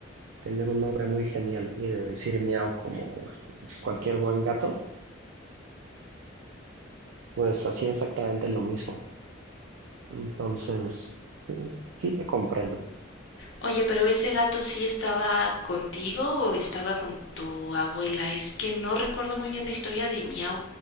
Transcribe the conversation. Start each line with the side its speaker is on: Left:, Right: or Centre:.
Right: tener un nombre muy genial y de decir Miau como cualquier buen gato, pues hacía exactamente lo mismo. Entonces, sí, sí te comprendo.
Left: Oye, pero ese gato sí estaba contigo o estaba con tu abuela. Es que no recuerdo muy bien la historia de Miau.